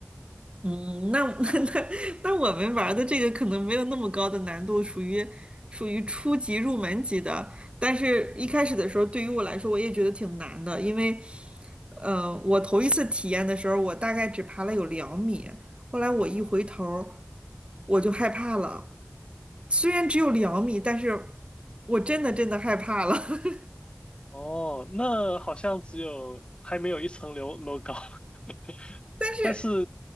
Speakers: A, on the right; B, on the left.
A: 嗯，那 <laughs> 那那我们玩儿的这个可能没有那么高的难度，属于属于初级入门级的。但是一开始的时候，对于我来说，我也觉得挺难的，因为，呃，我头一次体验的时候，我大概只爬了有两米，后来我一回头儿我就害怕了。虽然只有两米，但是我真的真的害怕了。<laughs>
B: 哦，那好像只有还没有一层楼楼高，<laughs>
A: 但是
B: 但是，